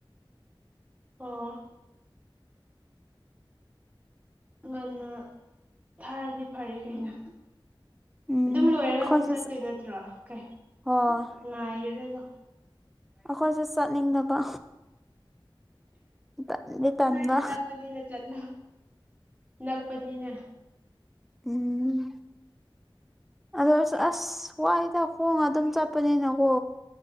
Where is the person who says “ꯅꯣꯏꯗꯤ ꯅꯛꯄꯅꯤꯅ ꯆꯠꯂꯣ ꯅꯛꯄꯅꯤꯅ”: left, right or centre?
Right